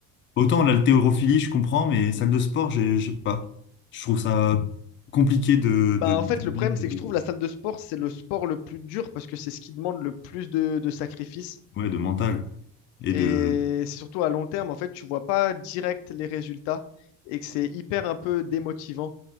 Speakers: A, on the left (about 40°); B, on the left (about 85°).
A: autant l'haltérophilie, je comprends, mais salle de sport, j'ai- je sais pas. Je trouve ça compliqué de
B: Bah,
A: de, d'aimer,
B: en fait, le problème, c'est que
A: de-
B: je trouve la salle de sport, c'est le sport le plus dur parce que c'est ce qui demande le plus de, de sacrifices.
A: ouais, de mental et
B: Et
A: de
B: c'est surtout à long terme, en fait, tu vois pas direct les résultats et que c'est hyper un peu démotivant.